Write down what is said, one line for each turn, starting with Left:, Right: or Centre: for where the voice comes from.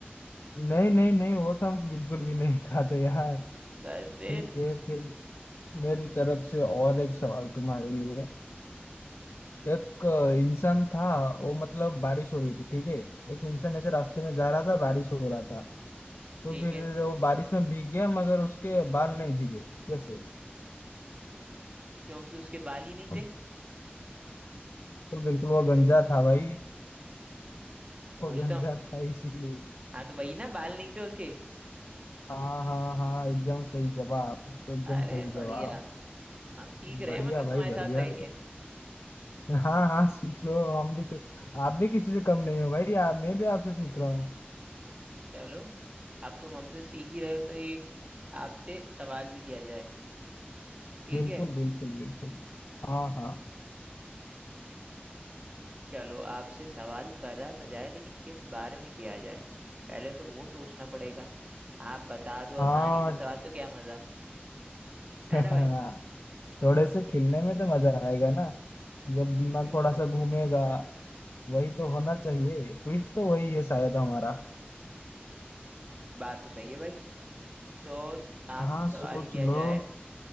Left: नहीं नहीं नहीं वो तो हम बिल्कुल भी नहीं खाते यार
Right: बस
Left: ठीक
Right: फिर
Left: है फिर मेरी तरफ से और एक सवाल तुम्हारे लिए एक इंसान था वो मतलब बारिश हो रही थी ठीक है एक इंसान ऐसे रास्ते में जा रहा था बारिश हो रहा था तो
Right: ठीक
Left: फिर
Right: है
Left: वो बारिश में भीग गया मगर उसके बाल नहीं भीगे कैसे
Right: क्योंकि उसके बाल ही नहीं
Left: अब
Right: थे
Left: तो बिल्कुल वो गंजा था भाई
Right: तो
Left: वो
Right: वही
Left: गंजा
Right: तो
Left: था इसीलिए
Right: हाँ तो वही ना बाल नहीं थे उसके
Left: हाँ हाँ हाँ एकदम सही जवाब एकदम
Right: अरे
Left: सही जवाब
Right: बढ़िया हम सीख
Left: बढ़िया
Right: रहे हैं मतलब
Left: भाई
Right: तुम्हारे साथ
Left: बढ़िया
Right: रह के
Left: हाँ हाँ सीख लो हम भी तो आप भी किसी से कम नहीं हो भाई आप मैं भी आपसे सीख रहा हूँ
Right: चलो अब तुम हमसे सीख ही रहे हो तो एक आपसे सवाल भी किया जाए ठीक
Left: बिल्कुल
Right: है
Left: बिल्कुल बिल्कुल हाँ हाँ
Right: चलो आपसे सवाल करा तो जाए लेकिन किस बारे में किया जाए पहले तो वो सोचना पड़ेगा आप बता दो
Left: हाँ
Right: आसानी से सवाल तो क्या मजा है
Left: <laughs>
Right: ना भाई
Left: थोड़े से खेलने में तो मजा आएगा ना जब दिमाग
Right: बिल्कुल
Left: थोड़ा सा घूमेगा वही तो होना चाहिए ट्विस्ट तो वही है शायद हमारा
Right: बात तो सही है भाई तो आपसे
Left: हाँ
Right: सवाल
Left: सोच
Right: किया
Left: लो
Right: जाए